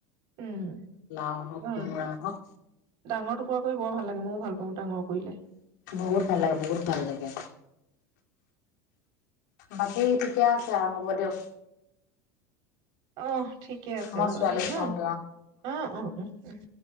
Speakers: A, on the right (about 60°); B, on the left (about 80°).
A: উম
B: লাও হওক কোমোৰা হওক
A: ডাঙৰ টুকুৰা কৰি বৰ ভাল লাগে মোৰ ভাল পাওঁ ডাঙৰ কৰিলে
B: বহুত ভাল লাগে বহুত ভাল লাগে বাকী ঠিকে আছে আৰু হ'ব দিয়ক
A: অ ঠিকে আছে
B: মই
A: বাৰু
B: ছোৱালীক
A: দে ন
B: থওঁগে অ
A: অ অ উম